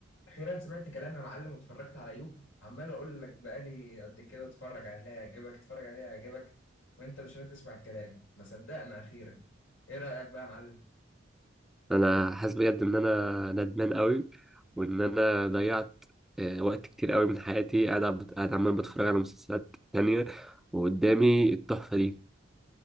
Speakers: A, on the left; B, in the centre.
A: اخيرا سمعت كلام يا معلم واتفرجت على يوب عمال اقول لك بقالي قد كده اتفرج عليها يعجبك اتفرج عليها يعجبك وانت مش راضي تسمع الكلام ما صدقنا اخيرا ايه رايك بقى يا معلم
B: انا حاسس بجد ان انا ندمان قوي وان انا ضيعت آه، وقت كتير قوي من حياتي قاعد عب- قاعد عمال بتفرج على مسلسلات تانية وقدامي التحفة دي